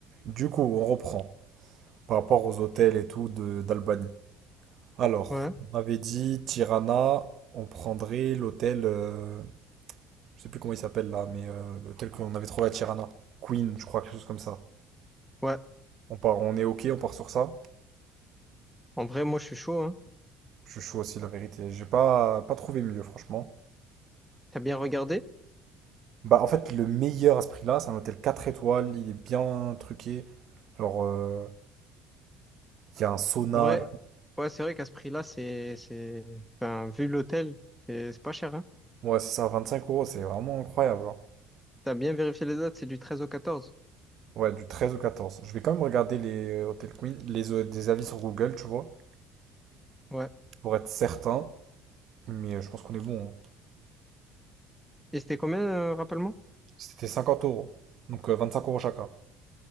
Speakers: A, on the right; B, in the centre.
A: Du coup, on reprend par rapport aux hôtels et tout de d'Albanie. Alors,
B: Ouais,
A: on avait dit Tirana, on prendrait l'hôtel, euh, je sais plus comment il s'appelle là, mais euh, l'hôtel qu'on avait trouvé à Tirana, Queen, je crois, quelque chose comme ça.
B: ouais.
A: On part, on est ok, on part sur ça.
B: En vrai, moi, je suis chaud, hein.
A: Je suis chaud aussi, la vérité. J'ai pas pas trouvé mieux, franchement.
B: T'as bien regardé?
A: Bah, en fait, le meilleur à ce prix-là, c'est un hôtel 4 étoiles, il est bien truqué. Genre, euh, il y a un sauna.
B: En vrai, ouais, c'est vrai qu'à ce prix-là, c'est, c'est, enfin, vu l'hôtel, c'est c'est pas cher, hein.
A: Ouais, c'est ça, 25 euros, c'est vraiment incroyable. hein.
B: T'as bien vérifié les dates, c'est du treize au quatorze
A: Ouais, du 13 au 14. Je vais quand même regarder les euh, Hotel Queen, les, euh, des avis sur Google, tu vois,
B: Ouais.
A: pour être certain. Mais euh, je pense qu'on est bon. hein.
B: Et c'était combien, euh, rappelle-moi?
A: C'était 50 euros. Donc euh, cinq euros chacun.